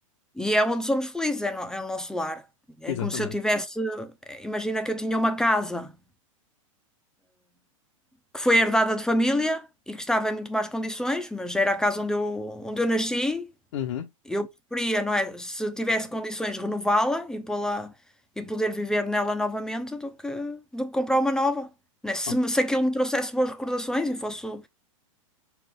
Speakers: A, in the centre; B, on the left.
A: E é onde somos felizes, é, no- é o nosso lar. É
B: Exatamente.
A: como se eu tivesse, eh, imagina que eu tinha uma casa. que foi herdada de família e que estava em muito más condições, mas era a casa onde eu, onde eu nasci.
B: Uhum.
A: Eu preferia, não é? Se tivesse condições, renová-la e pô-la e poder viver nela novamente do que, do que comprar uma nova. Né? Se,
B: Ok.
A: me- se aquilo me trouxesse boas recordações e fosse.